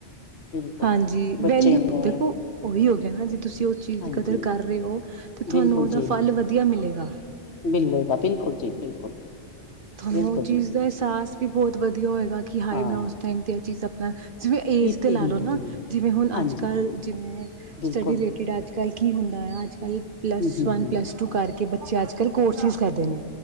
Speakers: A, on the left; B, on the right.
A: ਬਿਲਕੁਲ
B: ਹਾਂਜੀ,
A: ਬੱਚੇ
B: ਵੈਲਿਊ
A: ਨੇ
B: ਦੇਖੋ ਓਹੀ ਹੋ ਗਿਆ ਨਾ ਜੇ ਤੁਸੀਂ ਓਸ ਚੀਜ਼
A: ਹਾਂਜੀ
B: ਦੀ ਕਦਰ ਕਰ ਰਏ ਓ ਤੇ ਤੁਹਾਨੂੰ
A: ਬਿਲਕੁਲ
B: ਓਦਾ
A: ਜੀ
B: ਫਲ ਵਦੀਆ ਮਿਲੇਗਾ।
A: ਮਿਲੇਗਾ ਬਿਲਕੁਲ ਜੀ ਬਿਲਕੁਲ।
B: ਤੁਹਾਨੂੰ
A: ਬਿਲਕੁਲ
B: ਓ ਚੀਜ਼ ਦਾ ਅਹਿਸਾਸ ਵੀ ਬੋਤ ਵਦੀਆ ਹੋਏਗਾ ਕਿ ਹਾਏ
A: ਹਾਂ
B: ਮੈਂ ਓਸ ਟਾਈਮ ਤੇ ਏ ਚੀਜ਼ ਅਪਨਾ ਜਿਵੇਂ ਏਜ
A: ਕੀਤੀ
B: ਤੇ ਲਾ
A: ਹੁੰਦੀ
B: ਲਓ ਨਾ
A: ਹੈ।
B: ਜਿਵੇਂ ਹੁਣ
A: ਹਾਂਜੀ
B: ਆੱਜ-ਕੱਲ ਜਿਵੇਂ
A: ਬਿਲਕੁਲ
B: ਸਟੱਡੀ ਰਿਲੇਟਿਡ ਆੱਜ ਕੱਲ ਕੀ ਹੁੰਦਾ ਆ, ਆੱਜ-ਕੱਲ ਪਲੱਸ
A: ਹਮ ਹਮ
B: ਵਨ
A: ਹਮ
B: ਪਲੱਸ ਟੂ ਕਰਕੇ ਬੱਚੇ ਆੱਜ-ਕੱਲ ਕੋਰਸਿਸ ਕਰਦੇ ਨੇ।